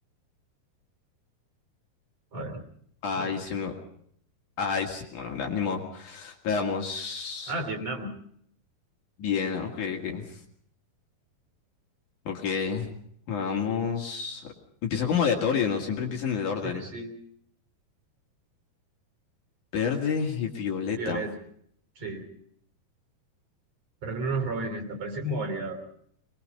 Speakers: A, on the right; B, on the left.
A: A ver,
B: Ay,
A: bueno, vamos.
B: se me... Ay, se- bueno, nada, ni modo. Veamos.
A: Ah, Vietnam.
B: Bien, ah, ok, ok. Ok. Vamos. Empieza como aleatorio, ¿no? Siempre empieza en el orden.
A: Sí, sí,
B: Verde y violeta.
A: Violeta. Sí, pero que no nos roben esta, parece como validado.